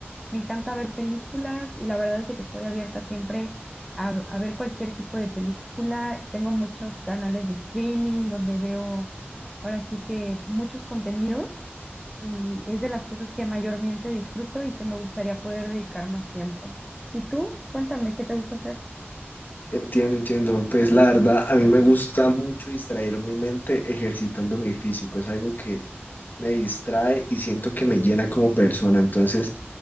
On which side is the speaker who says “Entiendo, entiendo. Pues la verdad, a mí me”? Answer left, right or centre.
Left